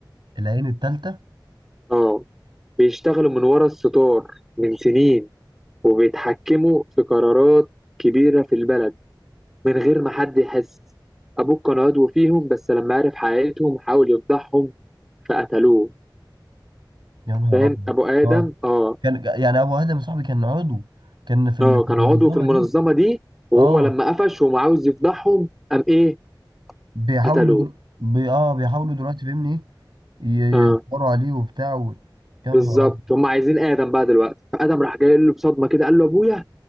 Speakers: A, on the right; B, in the centre.
A: العين التالتة
B: آه بيشتغلوا من ورا الستار من سنين وبيتحكموا في قرارات كبيرة في البلد من غير ما حد يحس أبوك كان عضو فيهم بس لما عرف حقيقتهم حاول يفضحهم فقتلوه
A: يا نهار
B: فاهم
A: ابيض
B: ابو ادم
A: اه
B: اه
A: كان يعني ابو ادم صاحبي كان عضو كان في ال-
B: اه
A: في
B: كان
A: المنظمة
B: عضو في المنظمه
A: دي
B: دي وهو
A: اه
B: لما قفش وما عاوز يفضحهم قام ايه
A: بيحاولوا
B: قتلوه
A: دل... بي... اه بيحاولوا دلوقتي فاهمني ايه ي-
B: اه
A: يدوروا عليه وبتاع و... يا نهار
B: بالظبط
A: ابيض
B: هم عايزين ادم بقى دلوقتي فادم راح جاي قايل له بصدمه كده قال له ابويا